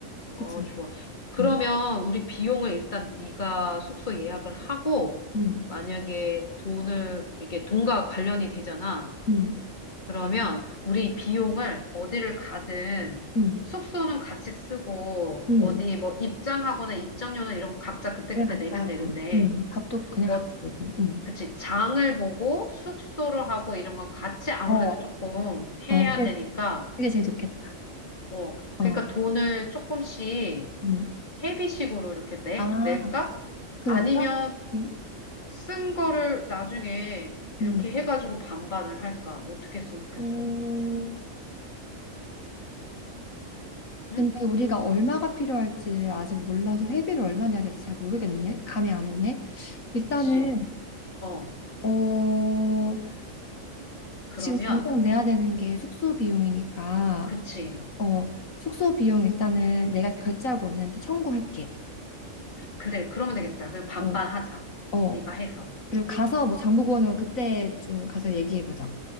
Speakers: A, on the left (about 80°); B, on the left (about 35°).
A: 숙소에.
B: 어, 좋아. 그러면
A: 응.
B: 우리 비용을 일단 네가 숙소 예약을 하고
A: 응.
B: 만약에 돈을 이게 돈과 관련이 되잖아.
A: 응.
B: 그러면 우리 비용을 어디를 가든
A: 응.
B: 숙소는 같이 쓰고
A: 응.
B: 어디 뭐 입장하거나 입장료나 이런 거 각자 그때그때
A: 내가 각자
B: 내면
A: 하고.
B: 되는데
A: 응. 밥도 그냥
B: 뭐
A: 각자 내고. 응.
B: 그치 장을 보고 숙소를 하고 이런 건 같이 아무래도
A: 어.
B: 조금
A: 어,
B: 해야
A: 그래.
B: 음. 되니까
A: 그게 제일 좋겠다.
B: 어,
A: 어.
B: 그러니까 돈을 조금씩
A: 응.
B: 회비식으로 이렇게 내,
A: 아,
B: 낼까?
A: 그럴까?
B: 아니면
A: 응.
B: 쓴 거를 나중에 이렇게
A: 응.
B: 해가지고 반반을 할까? 어떻게 했으면 좋겠어.
A: 어.
B: 응?
A: 근데 우리가 얼마가 필요할지를 아직 몰라서 회비를 얼마 내야 될지 잘 모르겠네. 감이 안 오네. 일단은
B: 그치. 어,
A: 어,
B: 그러면,
A: 지금 당장 내야 되는 게 숙소 비용이니까
B: 그치.
A: 어, 숙소 비용 일단은 내가 결제하고 언니한테 청구할게.
B: 그래, 그러면 되겠다. 그냥 반반
A: 어,
B: 하자.
A: 어.
B: 네가 해서.
A: 그리고 가서 뭐 장보고 오는 거 그때 좀 가서 얘기해 보자.